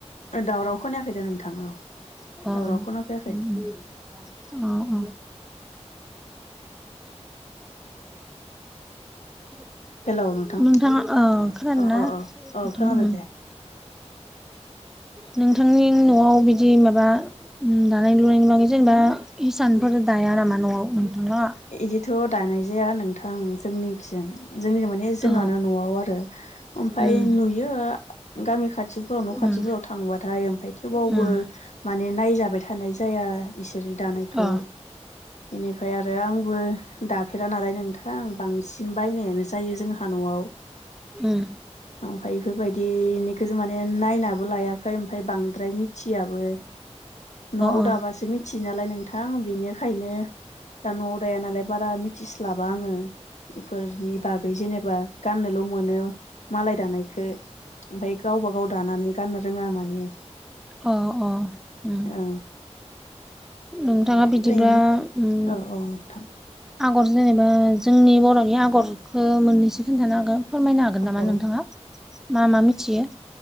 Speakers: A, on the left (about 85°); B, in the centre.
A: दावराव खोनायाखै दे नोंथां औ
B: अ
A: दावराव खोनाफैयाखै
B: अ अ <inaudible>
A: हेलौ नोंथां
B: नोंथाङा औ खोनादोंना
A: अ अ अ अ खोनादों
B: उम
A: दे
B: नोंथांनि न'आव बिदि माबा उम दानाय लुनायनि बागै जेनेबा हिसानफोर दाया नामा न'आव नोंथांलाहा?
A: इदिथ' दानाय जाया नोंथां जोंनिखिजों जोंनिजों माने ने जोंहानो
B: अ
A: न'आव आरो ओमफ्राय
B: उम
A: नुयो गामि खाथि फोराव न'
B: उम
A: खाथिफोव थांबाथाय ओमफ्राय थेबावबो
B: उम
A: माने नायजाबाय थानाय जाया इसोरनि दानायखौ
B: अ
A: इनिफ्राय आ रो आंबो दाफेरा नालाय नोंथां बां सिन बायनायानो जायो जोंहा न'आव।
B: उम
A: ओमफाय इफोरबायदिनिखौ जों माने नायनाबो लायाखै ओमफ्राय बांद्राय मिथियाबो। न'आव
B: अ
A: दाबासो मिथियो नालाय नोंथां बिनिखायनो दा न'आव दाया नालाय बारा मिथिस्लाबा आङो। इफोरनि बागै जेनेबा गाननोल' मोनो मालाय दानायखो। ओमफाय गावबागाव दानानै गाननो रोङा माने
B: अ अ उम
A: ओ
B: नोंथाङा बिदिबा
A: ओरैनो
B: उम
A: औ औ नोंथां
B: आगर जेनेबा जोंनि बर'नि आगरखौ मोननैसो खोन्थानो हागोन। फोरमायनो हागोन नामा
A: औ
B: नोंथांङा? मा मा मिथियो।